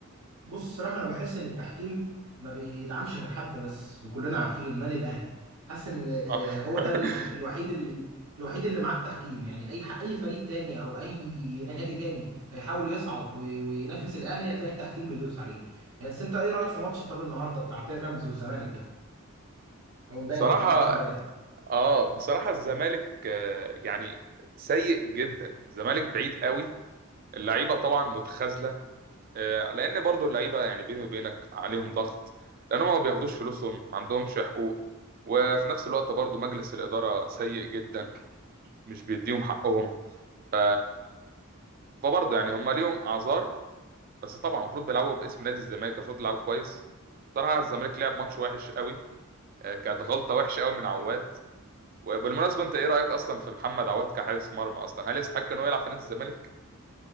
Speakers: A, on the right; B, on the right.
A: بص الصراحه انا بحس ان التحكيم ما بيدعمش غير حد بس وكلنا عارفين النادي الاهلي حاسس ان آه،
B: آه.
A: هو
B: <laughs>
A: ده ال- الوحيد ال- ال- الوحيد اللي معاه التحكيم يعني اي ح- اي فريق تاني او اي نادي تاني هيحاول يصعد وي- وينافس الاهلي هتلاقي التحكيم بيدوس عليه يعني بس انت ايه رايك في ماتش طب النهارده بتاع بيراميدز والزمالك ده او امبارح
B: بصراحه
A: ده ماتش امبارح
B: اه بصراحه الزمالك آه، يعني سيء جدا الزمالك بعيد قوي اللعيبه طبعا متخاذله آه، لان برضو اللعيبه يعني بيني وبينك عليهم ضغط لان هم ما بياخدوش فلوسهم ما عندهمش حقوق وفي نفس الوقت برضو مجلس الاداره سيء جدا مش بيديهم حقهم ف فبرضو يعني هم ليهم اعذار بس طبعا المفروض بيلعبوا باسم نادي الزمالك المفروض يلعبوا كويس صراحه الزمالك لعب ماتش وحش قوي آه، كانت غلطه وحشه قوي من عواد وبالمناسبه انت ايه رايك اصلا في محمد عواد كحارس مرمى اصلا هل يستحق ان هو يلعب في نادي الزمالك